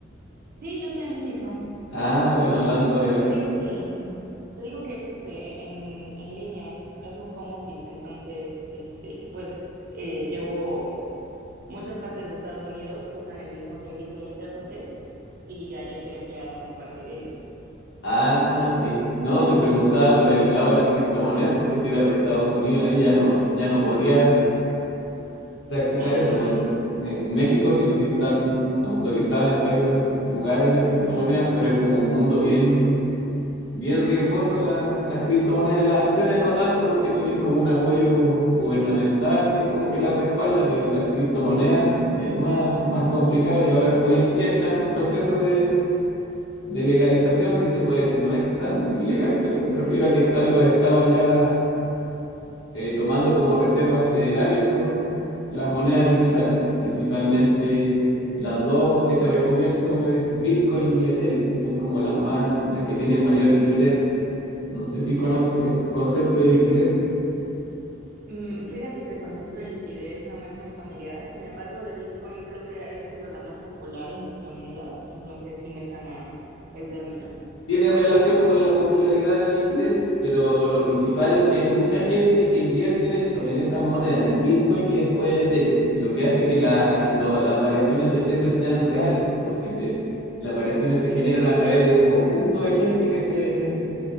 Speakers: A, on the right; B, on the left.
A: Sí, yo soy en México.
B: Ah, bueno, hablando de
A: Pero
B: las...
A: te digo que, mm, te digo que es este en, en línea, es, es un home office, entonces este, pues eh, llevo muchas partes de Estados Unidos, usan el mismo servicio de intérpretes y ya yo estoy empleada como parte de ellos.
B: Ah, ok. No, te preguntaba por el lado de las criptomonedas, porque si eras de Estados Unidos
A: Mm,
B: ahí ya no, ya no podías practicar
A: Ah,
B: eso.
A: no, no,
B: pues,
A: no.
B: en México sí, pues sí están autorizadas en varios lugares las criptomonedas,
A: Ujú,
B: pero es como un mundo bien, bien riesgoso la- las criptomonedas. Las acciones no tanto porque tienen como un apoyo gubernamental que como que las respalda, pero las criptomonedas es más, más complicado y ahora hoy en día está en un proceso de... de legalización, si se puede decir, no es tan ilegal, pero me refiero a que están los estados ya eh, tomando como reservas federales lo- las monedas digitales. Principalmente las dos que te recomiendo es Bitcoin y Ethereum, que son como las más, las que tienen mayor liquidez. No sé si
A: ya.
B: conoces el concepto de liquidez.
A: Mm, fíjate que el concepto de liquidez no me es muy familiar, sin embargo, de Bitcoin creo que ha sido la más popular en criptomonedas, entonces sí me suena el término.
B: Tiene relación con la popularidad de la liquidez, pero lo principal es que hay mucha gente que invierte en esto, en esas monedas, en Bitcoin y después en Ethereum, lo que hace que la- lo- las variaciones de precios sean reales, porque se, las variaciones se generan a través de un conjunto de gente que, se,